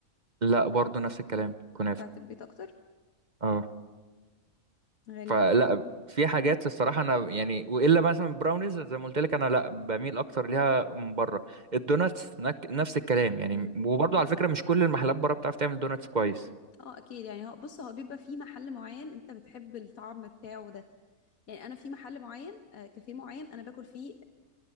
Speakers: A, on the right; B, on the left.
A: لا برضو نفس الكلام كنافه
B: بتاعت البيت اكتر
A: اه
B: غريب
A: فلا في حاجات الصراحه انا يعني والا مثلا البراونيز زي ما قلت لك انا لا بميل اكتر ليها من بره الدوناتس نك- نفس الكلام يعني
B: امم
A: وبرضه على فكره مش كل المحلات بره بتعرف تعمل دوناتس كويس
B: اه اكيد يعني هو بص هو بيبقى في محل معين انت بتحب الطعم بتاعه ده يعني انا في محل معين آه، كافيه معين انا باكل فيه